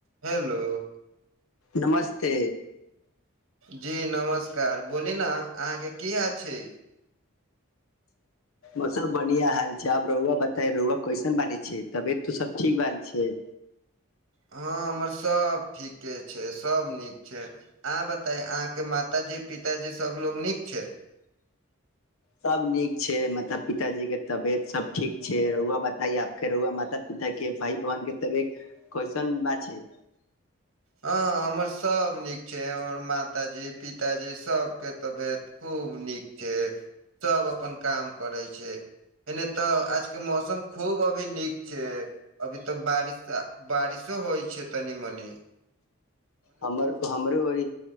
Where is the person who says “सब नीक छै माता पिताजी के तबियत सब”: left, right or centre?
Left